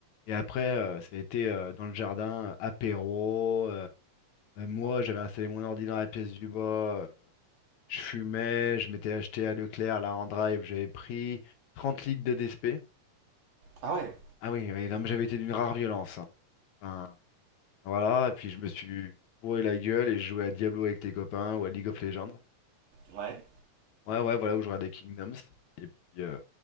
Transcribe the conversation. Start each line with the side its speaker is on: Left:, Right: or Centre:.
Left: Et après, euh, ça a été euh, dans le jardin, euh, apéro. euh, euh, moi, j'avais installé mon ordi dans la pièce du bas. euh, je fumais. Je m'étais acheté à Leclerc, là, en drive. J'avais pris 30 litres de DSP.
Right: Ah ouais
Left: Ah oui, oui, non, mais j'avais été d'une rare violence. hein. Enfin, Voilà, et puis je me suis bourré la gueule et je jouais à Diablo avec tes copains ou à League of Legends.
Right: Ouais.
Left: Ouais, ouais, voilà, où je regardais Kingdoms. Puis, euh,